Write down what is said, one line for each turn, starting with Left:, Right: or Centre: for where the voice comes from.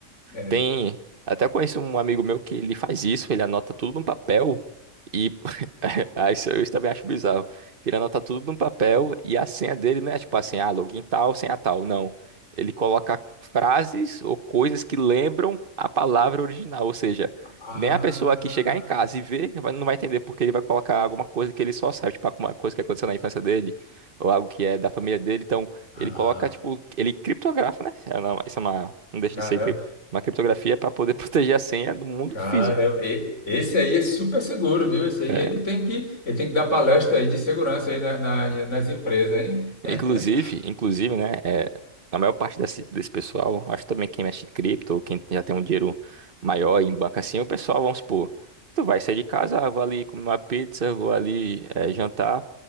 Left: É.
Right: Tem. Até conheço um amigo meu que ele faz isso, ele anota tudo num papel e. <laughs> ah, Isso eu também acho bizarro. Que ele anota tudo num papel e a senha dele não é tipo assim, ah, login tal, senha tal. Não. Ele coloca frases ou coisas que lembram a palavra original. Ou seja,
Left: Ah,
Right: nem a pessoa que chegar em casa e ver vai- não vai entender porque ele vai colocar alguma coisa que ele só sabe, tipo alguma coisa que aconteceu na infância dele ou algo que é da família dele. Então,
Left: ah,
Right: ele coloca, tipo, ele criptografa, né? É uma- Isso é uma. Não deixa
Left: caramba.
Right: de ser uma criptografia é para poder <laughs> proteger a senha do mundo
Left: Cara,
Right: físico.
Left: e- esse aí é super seguro, viu? Esse aí
Right: É,
Left: ele tem que, ele tem que dar palestra aí de segurança aí na- na- nas empresas, hein? <laughs>
Right: Inclusive, inclusive, né, é, a maior parte desse, desse pessoal, acho também quem mexe em cripto, ou quem já tem um dinheiro maior em banco assim, é o pessoal, vamos supor, tu vai sair de casa, ah, vou ali comer uma pizza, vou ali eh, jantar,